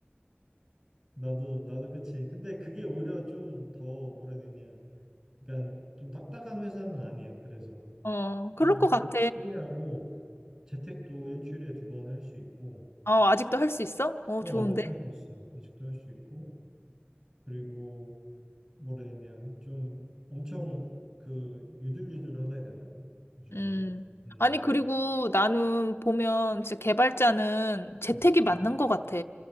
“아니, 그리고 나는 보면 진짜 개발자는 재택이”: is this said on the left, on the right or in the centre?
Left